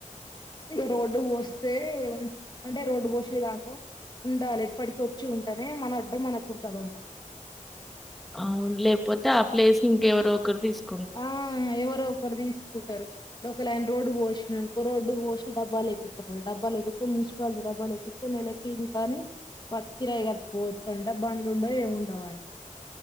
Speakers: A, on the left; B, in the centre.
A: ఇకా రోడ్డు పోస్తే అంటే రోడ్డు పోసే దాంట్లో ఉండాలి ఇప్పటికి వచ్చి ఉంటేనే మన అడ్డ మనకు ఉంటందంట
B: అవును లేకపోతే ఆ ప్లేస్ ఇంకెవరో ఒకరు తీసుకు
A: ఆ ఎవరు ఒకరు తీసుకుంటారు ఒక లైన్ రోడ్డు పోసిరనుకో రోడ్డు పోసి డబ్బాలు లేేపిస్తారు డబ్బాలు లేేపిస్తే మున్సిపాలిటీ డబ్బాలు లేేపితే నెలకి ఇంత అని వాటికి కిరాయి కట్టుకోవచ్చు అంట బండ్లు ఉండవు ఏమి ఉండవుంట.